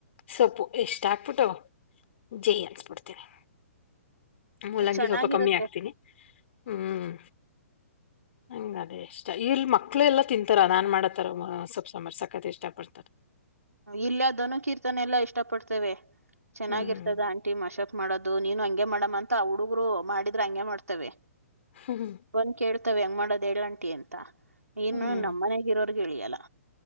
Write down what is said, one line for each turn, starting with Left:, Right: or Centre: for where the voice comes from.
Left: ಸೊಪ್ಪು ಎಷ್ಟ ಹಾಕ್ಬಿಟ್ಟ ಜೈ ಅನ್ಸ್ಬಿಡ್ತೇನಿ. ಮೂಲಂಗಿ
Right: ಚೆನ್ನಾಗಿರುತ್ತೆ
Left: ಸ್ವಲ್ಪ ಕಮ್ಮಿ ಆಗ್ತೀನಿ ಹ್ಮ್ ನಂಗ್ಗದೇ ಇಷ್ಟ ಇಲ್ಲಿ ಮಕ್ಕಳು ಎಲ್ಲಾ ತಿಂತಾರ ನಾನ್ ಮಾಡದ್. ತರವುಮ ಸೊಪ್ಪು ಸಾಂಬಾರ್ ಸಕತ್ ಇಷ್ಟ ಪಡ್ತಾರೆ.
Right: ಇಲ್ಲಯ ಧನು ಕೀರ್ತನೆಲ್ಲಾ ಇಷ್ಟಪಡ್ತವೆ. ಚೆನ್ನಾಗಿರ್ತದ
Left: ಹ್ಮ್
Right: ಆಂಟಿ ಮಶಪ್. ಮಾಡೋದು ನೀನು ಹಂಗೆ ಮಾಡಮ ಅಂತ ಹುಡುಗರು ಮಾಡಿದ್ರೆ ಹಂಗೆ ಮಾಡ್ತವೆ.
Left: ಹ್ಮ್
Right: ಬಂದ್ ಕೇಳ್ ತ್ತ್ ವೆ ಹೆಂಗ್ ಮಾಡೋದ್ ಎಳ್ಂಟಿ ಅಂತ. ಏನು
Left: ಹ್ಮ್
Right: ನಮ್ಮ್ನಗ ಇರೋರ್. <unintelligible>